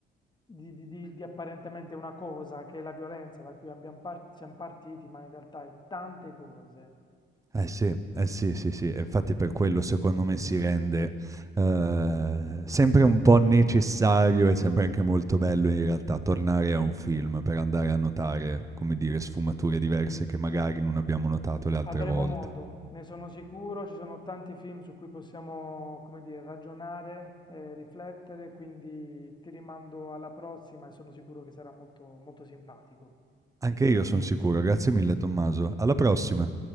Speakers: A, on the left; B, on the right.
A: di- di- di- di apparentemente una cosa, che è la violenza da cui abbiamo par- siamo partiti, ma in realtà è tante cose.
B: Eh sì, eh sì, sì, sì, e infatti per quello secondo me si rende, ehm, sempre un po' necessario e sempre anche molto bello in realtà tornare a un film per andare a notare, come dire, sfumature diverse che magari non abbiamo notato le altre
A: Avremo
B: volte.
A: modo, ne sono sicuro, ci sono tanti film su cui possiamo, come dire, ragionare, eh, riflettere, quindi ti rimando alla prossima e sono sicuro che sarà molto, molto simpatico.
B: Anche io son sicuro, grazie mille Tommaso. Alla prossima.